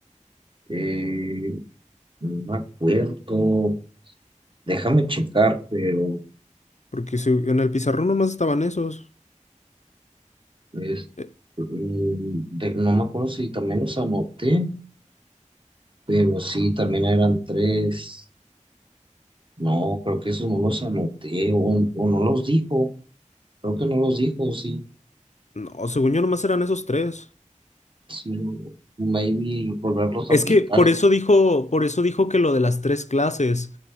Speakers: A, on the right; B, on the left.
A: Eh, no me acuerdo. Déjame checar, pero...
B: Porque se- en el pizarrón nomás estaban esos.
A: Es,
B: Eh,
A: mm, de- no me acuerdo si también los anoté, pero sí, también eran tres. No, creo que esos no los anoté o, o no los dijo. Creo que no los dijo, sí.
B: no, según yo nomás eran esos tres.
A: Sí, maybe volverlos
B: Es
A: a aplicar.
B: que por
A: eh.
B: eso dijo, por eso dijo que lo de las tres clases.